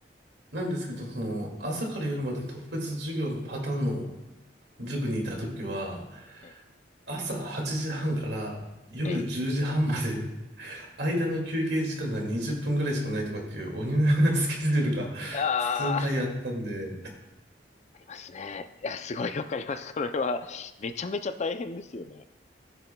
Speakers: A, on the right; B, on the left.
A: なんですけど、その、朝から夜まで特別授業のパターンの塾にいたときは、
B: ええ、
A: 朝8時半から夜10時半まで、
B: え
A: 間の休憩時間が20分ぐらいしかないとかっていう鬼のようなスケジュールが数回あったんで、
B: え。ああ、ありますね。いや、すごいわかります。それは、めちゃめちゃ大変ですよね。